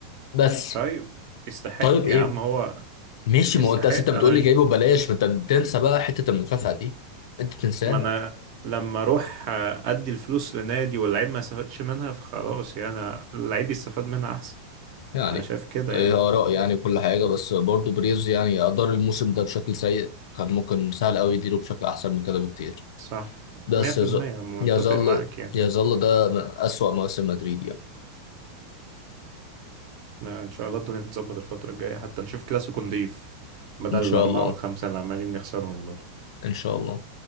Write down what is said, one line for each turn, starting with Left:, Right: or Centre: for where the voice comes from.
Left: بس
Right: طيب يستحق
Left: طيب
Right: يا
Left: ايه
Right: عم هو
Left: ماشي
Right: يستحق
Left: ما هو انت أصل انت بتقول
Right: أنا
Left: لي
Right: مش
Left: جايبه ببلاش ما انت بتنسى بقى حته المكافاه دي انت بتنساها
Right: ما أنا لما أروح آه، أدي الفلوس لنادي واللعيب ما استفادش منها فخلاص يعني اللعيب يستفاد منها أحسن
Left: يعني
Right: انا شايف كده
Left: ايه
Right: يعني
Left: اراء يعني كل حاجه بس برضه بريز يعني ادار الموسم ده بشكل سيء كان ممكن سهل قوي يديره بشكل احسن من كده بكتير
Right: صح
Left: بس
Right: 100%
Left: يظل
Right: متفق
Left: يظل
Right: معاك يعني
Left: يظل ده من اسوأ مواسم مدريد يعني
Right: آه، ان شاء الله الدنيا تتظبط الفترة الجاية حتى نشوف كلاسيكو نضيف بدل
Left: ان شاء
Right: الأربعة
Left: الله
Right: والخمسة اللي عمالين نخسرهم دول
Left: ان شاء الله